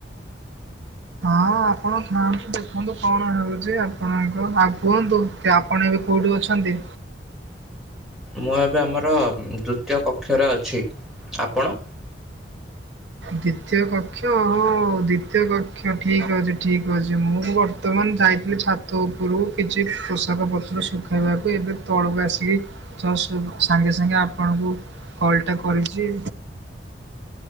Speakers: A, on the right; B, in the centre.
A: ହଁ ଆପଣ ଖାଆନ୍ତୁ ଦେଖନ୍ତୁ କଣ ହେଉଚି ଆପଣଙ୍କ ଆଉ କୁହନ୍ତୁକି ଆପଣ ଏବେ କୋଉଠି ଅଛନ୍ତି?
B: ମୁଁ ଏବେ ଆମର ଦୁତୀୟ କକ୍ଷରେ ଅଛି ଆପଣ?
A: ଦ୍ଵିତୀୟ କକ୍ଷ ଓହ ଦ୍ଵିତୀୟ କକ୍ଷ ଠିକ୍ ଅଛି ଠିକ୍ ଅଛି ମୁଁ ବ ର୍ତ୍ତମାନ ଯାଇଥିଲି ଛାତ ଉପୁରୁ କିଛି ପୋଷାକ ପତ୍ର ଶୁଖାଇବାକୁ ଏବେ ତଳୁକୁ ଆସିଲି ତ ସେଇଟୁ ସାଙ୍ଗେ ସାଙ୍ଗେ ଆପଣଙ୍କୁ କଲ୍ ଟା କରିଚି